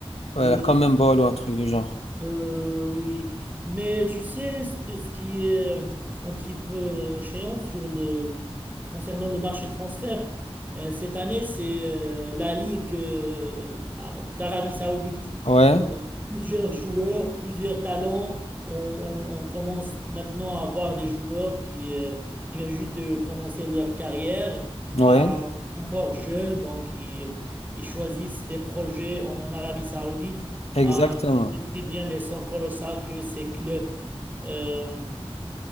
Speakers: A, on the right; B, on the left.
A: oui,
B: ouais, la Common Ball ou un truc du genre.
A: euh, oui, mais tu sais, ce ce qui est euh, un petit peu euh, chiant sur le, concernant le marché de transfert, euh, cette année, c'est euh, la Ligue euh, à- d'Arabie Saoudite.
B: Ouais,
A: Donc, plusieurs joueurs, plusieurs talents. On, on- on commence maintenant à avoir des joueurs qui, euh, qui viennent juste de commencer leur carrière,
B: ouais,
A: euh, encore jeunes, donc ils, ils choisissent des projets en Arabie Saoudite.
B: exactement.
A: Ah, tu sais très bien les sons colossales que ces clubs euh,